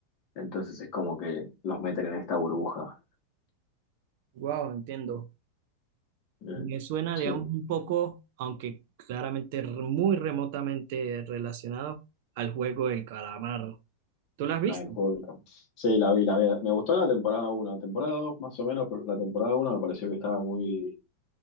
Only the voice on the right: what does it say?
Wow, entiendo.
Me suena,
digamos, un poco, aunque claramente r- muy remotamente relacionado al juego del calamar. ¿Tú las viste?